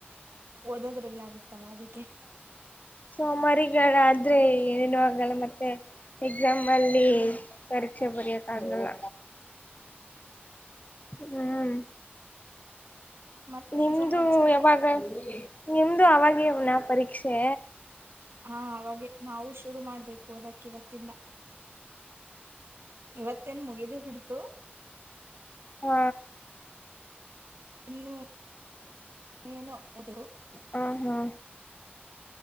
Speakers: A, on the right (about 85°); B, on the left (about 40°).
A: ಓದದ್ರಲ್ಲಿ ಆ ತಲಾದಿಗೆ
B: ಸೋಮಾರಿಗಾದ್ರೆ ಏನು ಆಗಲ್ಲ ಮತ್ತೆ ಎಕ್ಸಾಮ ಅಲ್ಲಿ ಪರೀಕ್ಷೆ ಬರೆಯಕ್ ಆಗಲ್ಲ ಹ್ಮ್
A: ಮತ್ತೇನ್
B: ನಿಮ್ದು
A: ಸಮಾಚಾರ
B: ಯಾವಾಗ ನಿಮ್ದು ಆವಾಗೇನಾ ಪರೀಕ್ಷೆ
A: ಹಾ ಅವಾಗೆ ನಾವು ಶುರು ಮಾಡ್ಬೇಕು ಓದಕ್ಕೆ ಇವತ್ತು. ಇಂದ ಇವತ್ತೇನ್ ಮುಗಿದೇ ಬಿಟ್ಟಿತು
B: ಹಾ.
A: ಇನ್ನು ಏನೋ ಓಡ್ಬೇಕು
B: ಹ ಹಾ